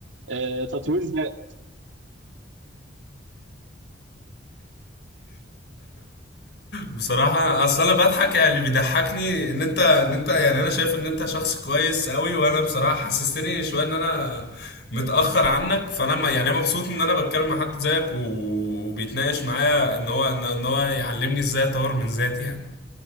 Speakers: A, on the right (about 75°); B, on the left (about 55°).
A: آه تطوير ذات
B: بصراحة اصل انا بضحك يعني اللي بيضحكني ان انت ان انت يعني انا شايف ان انت شخص كويس قوي وانا بصراحة حسستني شوية ان انا متأخر عنك فانا ما يعني مبسوط ان انا بتكلم مع حد زيك و- وبيتناقش معايا ان هو ان إن هو يعلمني ازاي اطور من ذاتي يعني